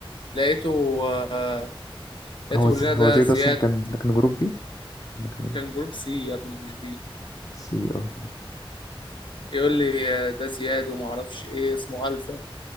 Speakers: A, on the left; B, on the left.
A: لقيته آه، لقيته
B: هو
A: بيقول
B: ز-
A: لنا
B: هو
A: ده
B: زياد
A: زياد
B: أصلا كان ده كان جروب بي ده كان إيه؟
A: كان جروب سي يا ابني مش بي
B: سي اه
A: يقول لي آه، ده زياد وما اعرفش ايه اسمه الفا